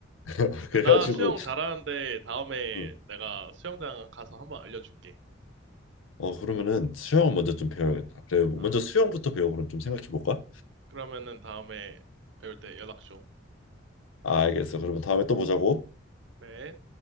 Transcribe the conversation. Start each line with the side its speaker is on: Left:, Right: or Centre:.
Left: <laughs> 그래가지고
Right: 나 수영 잘하는데 다음에
Left: 어,
Right: 내가 수영장 가서 한번 알려줄게.
Left: 어 그러면은 수영 먼저 좀 배워야겠다. 그래 먼저
Right: 어.
Left: 수영부터 배우고 그럼 좀 생각해 볼까?
Right: 그러면은 다음에 배울 때 연락 줘.
Left: 알겠어. 그러면 다음에 또 보자고.
Right: 네.